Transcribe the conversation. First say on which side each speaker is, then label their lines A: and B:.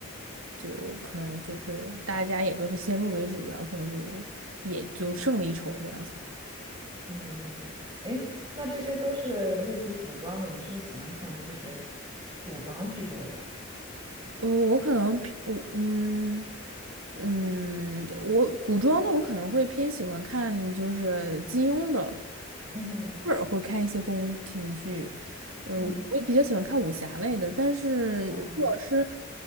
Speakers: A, on the right; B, on the right.
A: 就可能就是大家也都是先入为主，然后可能就也就胜了一筹这样子。
B: 对对对对对，哎，那这些都是类似于古装的，你是不是喜欢看就是古装剧多一点儿？
A: 我我可能偏我嗯嗯，我古装的我可能会偏喜欢看就是金庸的，
B: 嗯
A: 偶尔会看一些宫廷剧，嗯，
B: 嗯，
A: 我比较喜欢看武侠类的，但是如果是
B: 哦，